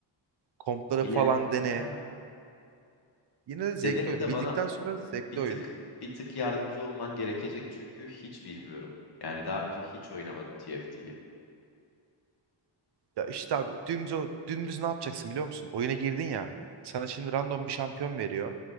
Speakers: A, on the right; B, on the left.
A: Kompları
B: Bilemiyorum
A: falan dene.
B: ya.
A: Yine de
B: Denerim
A: zevkli oyun.
B: de
A: Bildikten
B: bana
A: sonra zevkli
B: bir tık
A: oyun.
B: bir tık yardımcı olman gerekecek çünkü hiç bilmiyorum. Yani daha önce hiç oynamadım TFT'yi.
A: Ya işte abi dümdüz, o- dümdüz ne yapacaksın biliyor musun? Oyuna girdin ya. Sana şimdi random bir şampiyon veriyor.